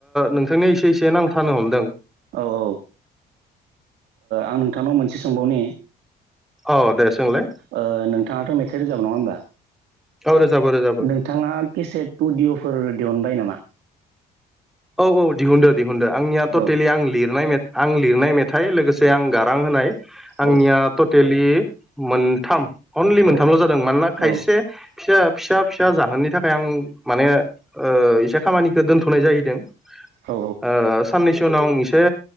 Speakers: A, in the centre; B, on the right.
A: नोंथांनिया एसे एसे नांथानो हमदों
B: औ औ ओ आं नोंथांनाव मोनसे सोंबावनि
A: औ दे सोंलाय
B: ओ नोंथाङाथ मेथाइ रोजाबो नङा होमबा
A: औ रोजाबो रोजाबो
B: नोंथाङा केसेट उडिअफोर दिहुनबाय नामा
A: औ औ दिहुनदो दिहुनदो आंनिया टटेलि
B: औ
A: आं लिरनाय मेथ आं लिरनाय मेथाइ लोगोसे आं गारां होनाय आंनिया
B: औ
A: टटेलि मोनथाम अनलि
B: औ
A: मोनथामल जादों मानोना खायसे
B: औ
A: फिसा फिसा फिसा जाहोननि थाखाय आं माने ओ एसे खामानिखौ दोनथनाय जाहैदों ओ
B: औ
A: साननैसो उनाव आं एसे